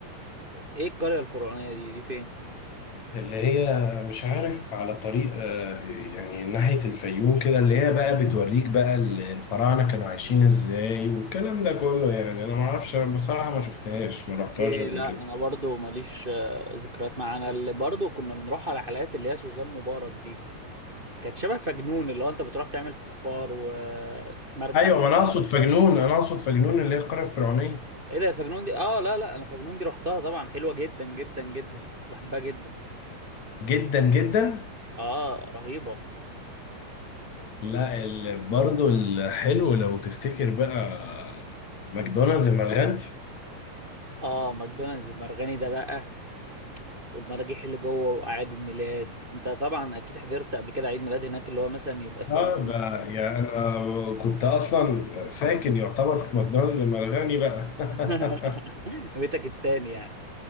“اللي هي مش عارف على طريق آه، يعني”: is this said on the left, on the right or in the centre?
Left